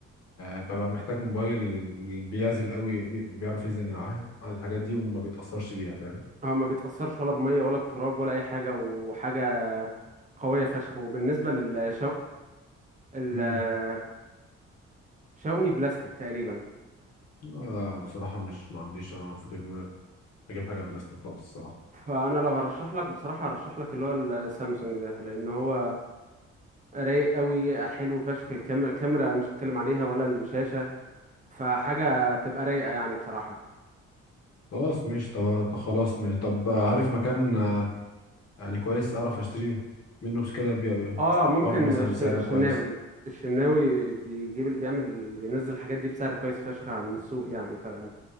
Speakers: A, on the left; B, on the right.
A: ببقى محتاج موبايل بيعزل قوي بي- بيعرف يعزل عن عن <laughs> الحاجات دي وما بيتاثرش بيها فاهم
B: هو ما بيتأثرش ولا بمية ولا بتراب ولا أي حاجة وحاجة قوية فشخ وبالنسبة للشاومي الشاومي
A: امم
B: بلاستيك تقريبا
A: آه، بصراحه مش ما عنديش انا فكره ان انا اجيب حاجه بلاستيك خالص الصراحه
B: فأنا لو هرشح لك بصراحة هرشح لك اللي هو السامسونج ده لأن هو رايق قوي حلو فشخ الكاميرا كاميرا مش هتكلم عليها ولا الشاشة فحاجة تبقى رايقة يعني بصراحة
A: خلاص مش طب طب خلاص مش طب عارف مكان آه، يعني كويس اعرف اشتري منه بس كده بي-
B: اه ممكن
A: برضه مثلا
B: الش-
A: بسعر
B: الشناوي
A: كويس
B: الشناوي بيجيب بيعمل بينزل الحاجات دي بسعر كويس فشخ عن السوق يعني فتعالى